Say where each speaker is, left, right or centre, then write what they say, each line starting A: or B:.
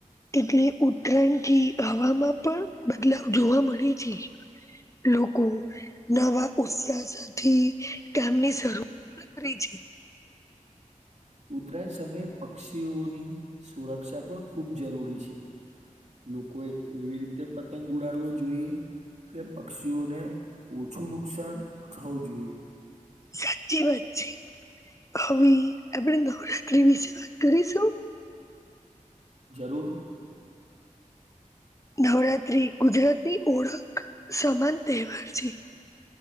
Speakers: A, on the left; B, on the right.
A: એટલે ઉત્તરાયણ થી હવામાં પણ બદલાવ જોવા મળે છે. લોકો નવા ઉત્સાહથી કામને શરૂ <unintelligible> છે.
B: ઉત્તરાયણ સમયે પક્ષીઓની સુરક્ષા પણ ખૂબ જરૂરી છે. લોકોએ એવી રીતે પતંગ ઉડાવવો જોઈએ એટલે પક્ષીઓને ઓછું નુકસાન થવું જોઈએ.
A: સાચી વાત છે. હવે આપણે નવરાત્રી વિશે વાત કરીશું?
B: જરૂર.
A: નવરાત્રી ગુજરાતની ઓળખ સમાન તહેવાર છે.